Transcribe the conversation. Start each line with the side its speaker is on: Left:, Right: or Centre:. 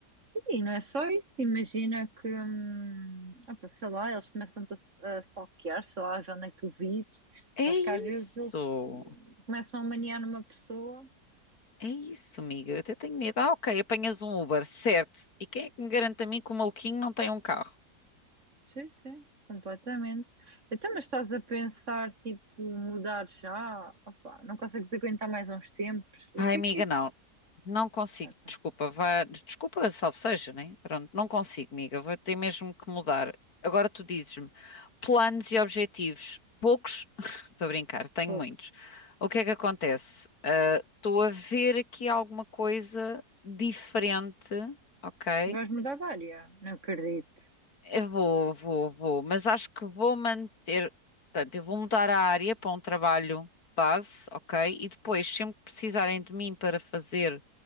Right: E não é só isso, imagina que, hum, opa, sei lá, eles começam-te a, a stalkear, sei lá, ver onde é que tu vives.
Left: É
Right: Acho que às vezes
Left: isso.
Right: eles hum, começam a maniar numa pessoa.
Left: É isso, amiga. Eu até tenho medo. Ah, ok, apanhas um Uber, certo. E quem é que me garante a mim que o maluquinho não tem um carro?
Right: Sim, sim, completamente. Então, mas estás a pensar, tipo, mudar já? Opa, não consegues aguentar mais uns tempos? Eu
Left: Ai,
Right: sei
Left: amiga,
Right: que,
Left: não. Não consigo.
Right: é. ok,
Left: Desculpa, vá. Desculpa, salve seja, né? Pronto, não consigo, amiga. Vou ter mesmo que mudar. Agora tu dizes-me, planos e objetivos. Poucos? <laughs> Estou a brincar, tenho
Right: poucos.
Left: muitos. O que é que acontece? Ah, Estou a ver aqui alguma coisa diferente, ok?
Right: Vais mudar de área? Não acredito.
Left: Eu vou, vou, vou, mas acho que vou manter. Portanto, eu vou mudar a área para um trabalho base, ok? E depois, sempre que precisarem de mim para fazer,